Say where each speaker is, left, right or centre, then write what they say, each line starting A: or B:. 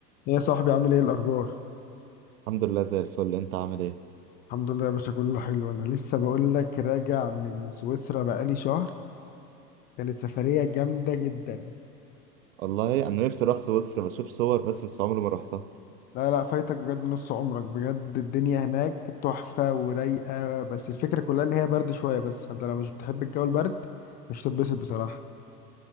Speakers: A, on the left; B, on the right.
A: يا صاحبي عامل ايه الاخبار
B: الحمد لله زي الفل انت عامل ايه
A: الحمد لله يا باشا كله حلو انا لسه بقول لك راجع من سويسرا بقالي شهر كانت سفرية جامدة جدا
B: والله انا نفسي اروح سويسرا بشوف صور بس بس عمري ما رحتها
A: لا لا فايتك بجد نص عمرك بجد الدنيا هناك تحفة ورايقة بس الفكرة كلها ان هي برد شوية بس فانت لو مش بتحب الجو البرد مش تتبسط بصراحة